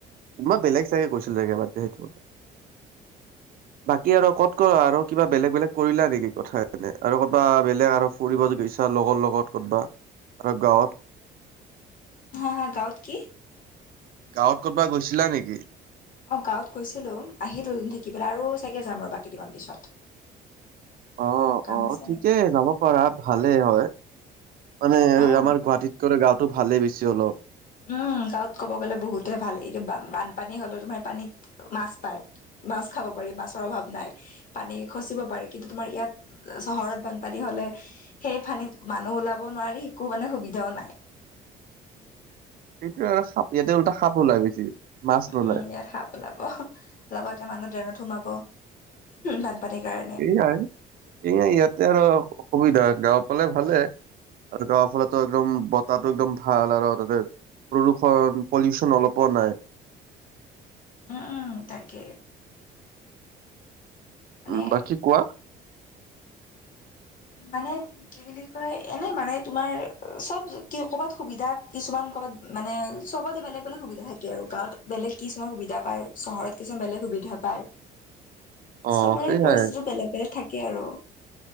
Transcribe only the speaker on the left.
<unintelligible>
হা হা গাঁৱত কি?
অ গাঁৱত গৈছিলো আহিলো থাকিবলৈ আৰু চাগে যাম আৰু বাক কেইদিনমান পিছত। <unintelligible>
নেকি
অ
উম গাঁৱত ক'ব গ'লে বহুতে ভাল এতিয়া বানপানী হলে তোমাৰ পানীত মাছ পায়। মাছ খাব পাৰি মাছৰ অভাৱ নাই। পানী খচিব পাৰে কিন্তু তোমাৰ ইয়াত চহৰত বানপানী হলে। সেই ফানীত মানুহ ওলাব নোৱাৰি একো মানে সুবিধাও নাই।
উ
উম ইয়াত সাপ ওলাব লগতে মানুহ ড্ৰেনত সোমাব উ বানপানীৰ কাৰ
উম, তাকে। মানে
মানে কি বুলি কয় এনে মানে তোমাৰ চব কি কৰ'বাত সুবিধা কিছুমান ক'ৰবাত মানে চবতে বেলেগ বেলেগ সুবিধা থাকে আৰু গাঁৱত। বেলেগ কিছুমান সুবিধা পায় চহৰত কিছুমান বেলেগ সুবিধা পায়
চবৰে
পৰিস্থিতি বেলেগ বেলেগ থাকে আৰু